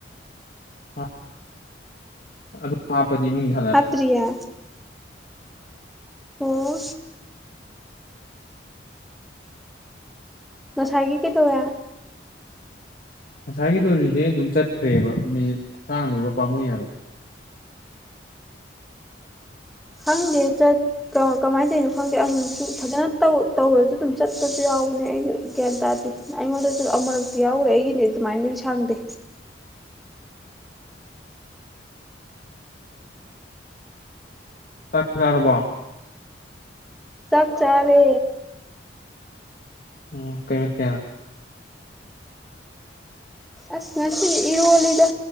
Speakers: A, on the left (about 50°); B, in the centre.
A: ꯍꯥꯞꯄꯦ ꯑꯗꯨ ꯍꯥꯞꯄꯗꯤ ꯏꯃꯨꯡꯗ
B: ꯍꯥꯇ꯭ꯔꯤꯌꯦ ꯑꯣ ꯉꯁꯥꯏꯒꯤ ꯀꯩꯗꯧꯋꯦ
A: ꯉꯁꯥꯏꯒꯤꯗꯣ ꯔꯤꯖꯦꯛ ꯑꯗꯨꯝ ꯆꯠꯈ꯭ꯔꯦꯕ ꯃꯤꯅꯤꯠ ꯈꯨꯁꯥꯡꯗꯨꯒ ꯄꯥꯝꯃꯨꯏ ꯍꯥꯏꯕ꯫
B: ꯈꯪꯗꯦ ꯆꯠ ꯀ ꯀꯃꯥꯏ ꯇꯩꯅꯣ ꯈꯪꯗꯦ ꯑꯃꯨꯛꯁꯨ ꯐꯖꯅ ꯇꯧ ꯇꯧꯔꯁꯨ ꯑꯗꯨꯝ ꯆꯠꯄꯁꯨ ꯌꯥꯎꯕꯅꯦ ꯑꯩꯅ ꯒ꯭ꯌꯥꯟ ꯇꯥꯗꯦ꯫ ꯑꯩꯉꯣꯟꯗꯁꯨ ꯑꯃꯔꯛꯇꯤ ꯌꯥꯎꯒꯔꯦ ꯑꯩꯒꯤꯗꯤ ꯑꯗꯨꯃꯥꯏꯅꯗꯤ ꯁꯥꯡꯗꯦ꯫
A: ꯆꯥꯛ ꯆꯥꯔꯕꯣ?
B: ꯆꯥꯛ ꯆꯥꯔꯦ꯫
A: ꯎꯝ ꯀꯩ ꯃꯊꯦꯜ?
B: ꯑꯁ ꯉꯁꯤꯅꯤ ꯏꯔꯣꯜꯂꯤꯗ